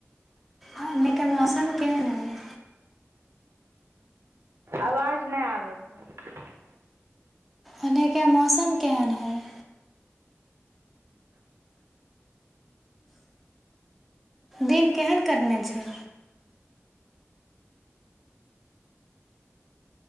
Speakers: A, in the centre; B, on the right (about 60°).
A: आ एनेके मौसम केहन है
B: आवाज नहि आबै छै
A: ओन्न के मौसम केहन हइ दिन केहन करने छै